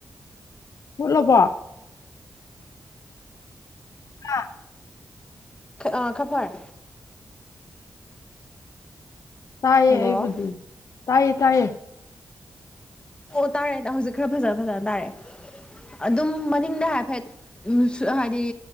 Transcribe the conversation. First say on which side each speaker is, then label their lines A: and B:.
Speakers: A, on the left; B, on the left.
A: ꯃꯨꯠꯂꯕꯣ ꯍꯥ
B: ꯑꯥ ꯈꯔ ꯐꯔꯦ
A: ꯇꯥꯏꯌꯦ
B: ꯍꯜꯂꯣ
A: ꯑꯩꯕꯨꯗꯤ ꯇꯥꯏꯌꯦ ꯇꯥꯏꯌꯦ
B: ꯑꯣ ꯇꯥꯔꯦ ꯍꯧꯖꯤꯛ ꯈꯔ ꯐꯖ ꯐꯖꯅ ꯇꯥꯔꯛꯑꯦ ꯑꯗꯨꯝ ꯃꯅꯤꯡꯗ ꯍꯥꯏꯐꯦꯠ ꯎꯝ <unintelligible> ꯍꯥꯏꯗꯤ